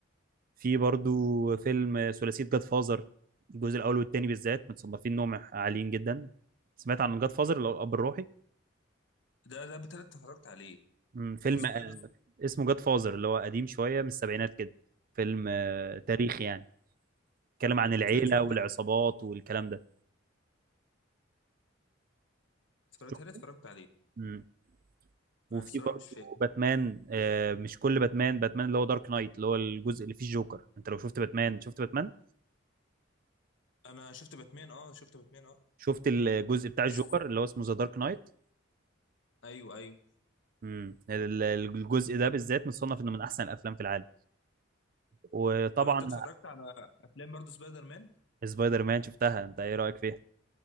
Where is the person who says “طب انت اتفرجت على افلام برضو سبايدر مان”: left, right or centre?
Left